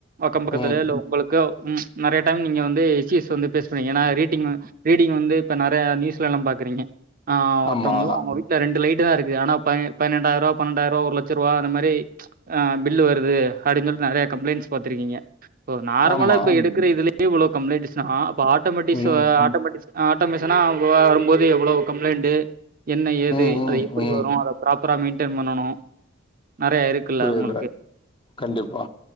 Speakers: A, on the right; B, on the left.
A: அக்கம் பக்கத்துலயோ
B: ம்
A: இல்ல உங்களுக்கோ ம் நறய டைம் நீங்க வந்து எச் சி எஸ் வந்து ஃபேஸ் பண்ணுவீங் ஏன்னா ரீட்டிங் வந் ரீடிங் வந்து இப்ப நறய நியூஸ்லலா பாக்கறீங்க ‌அ ஒருத்தவங்களுக்
B: ஆமா
A: அவங்க வீட் ரெண்டு லைட்டு தா இருக்கு ஆனா பன்னொ பன்ணென்டாயிர ரூபா பன்ணென்டாயிர ரூபா ஒரு லட்ச ரூபா அந்த மாரி அ பில்லு வருது அப்டின் சொல்லி நறய கம்ப்ளைண்ட்ஸ் பாத்துருக்கீங்க ஸோ நார்மலா
B: ஆமா
A: இப்போ எடுக்கிற இதுலே இவ்ளோ கம்ப்ளைண்ட்டுஸ்னா அப்போ ஆட்டோமேட்டிஸ்
B: ம்
A: ஆட்டோமட்டிஸ் அ ஆட்டோமேஷனா வ வரும்போது எவ்ளோ கம்ப்ளைண்ட்டு என்ன ஏது
B: ம் ம்
A: அது எப்டி
B: ம்
A: வரூ அத ப்ராப் ராப்ரா மெயின்டெயின் பண்ணனோ நெறய இருக்குல்ல
B: புரியுது
A: உங்களுக்கு
B: கண்டிப்பா